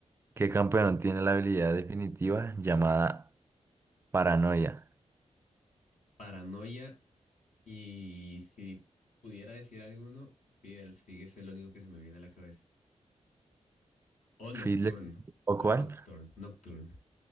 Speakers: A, on the right (about 20°); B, on the left (about 85°).
A: qué campeón tiene la habilidad definitiva llamada paranoia?
B: Paranoia. Y si pudiera decir alguno, Fidel Stick es el único que se me viene a la cabeza. O Nocturne.
A: ¿Fiddler o
B: O
A: cuál?
B: Nocturne. Nocturne.